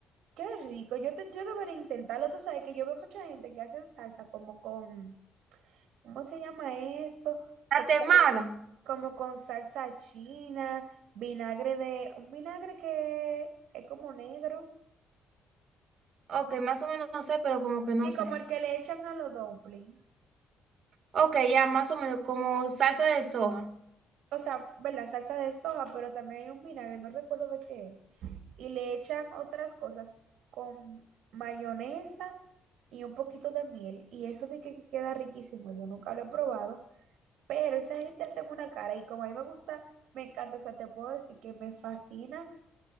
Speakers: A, on the right; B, on the right.
A: qué rico. Yo, te- yo debería intentarlo. Tú sabes que yo veo mucha gente que hacen salsa como con, ¿cómo se llama esto?
B: La
A: Como,
B: temada.
A: que- como con salsa china, vinagre de, un vinagre que es como negro.
B: Ok, más o menos no sé, pero como que
A: Sí,
B: no sé.
A: como el que le echan a los dumplings.
B: Ok, ya más o menos como salsa de soja.
A: o sea, ¿verdad? Salsa de soja, pero también hay un vinagre, no recuerdo de qué es. Y le echan otras cosas con mayonesa y un poquito de miel. Y eso de que que queda riquísimo, yo nunca lo he probado, pero esa gente hace una cara y como a mí me gusta, me encanta, o sea, te puedo decir que me fascina.